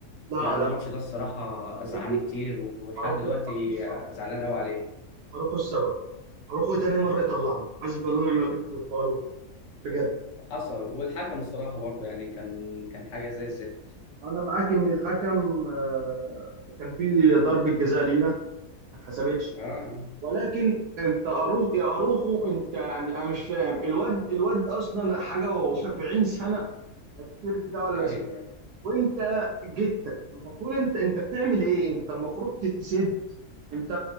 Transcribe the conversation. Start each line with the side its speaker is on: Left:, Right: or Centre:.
Right: لا
Left: لا الماتش
Right: لا
Left: ده الصراحة زعلني
Right: اروخو
Left: كتير ولحد
Right: اروخو
Left: دلوقتي
Right: اروخو السبب
Left: زعلان قوي عليه
Right: اروخو السبب اروخو تاني مره يطلعنا حسبي الله ونعم الوكيل في في اروخو بجد
Left: حصل والحكم الصراحة برضه يعني كان كان حاجة زي الزفت
Right: انا معاك ان الحكم آه، كان في ضربة جزاء لينا ما اتحسبتش
Left: اه
Right: ولكن انت اروخ يا اروخو انت يعني انا مش فاهم الواد الواد اصلا حاجه و70 سنه التيشيرت ده ولا
Left: ايوه
Right: اسمه إيه؟
Left: ايوه
Right: وانت جيت المفروض انت انت بتعمل ايه انت المفروض تتسد انت